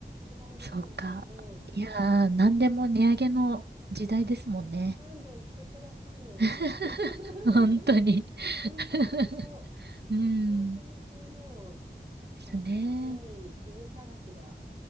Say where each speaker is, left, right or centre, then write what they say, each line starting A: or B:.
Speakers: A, on the right; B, on the right.
A: 違うと思う。
B: そうか。
A: うん。
B: いやー、なんでも値上げの時代ですもんね。
A: 勘弁してくださいよですよね。
B: <laughs>
A: <laughs>
B: 本当に
A: 本当本当
B: <laughs> うん。
A: 本当にそう思う。
B: ですね。
A: じゃあ、いい家探しが。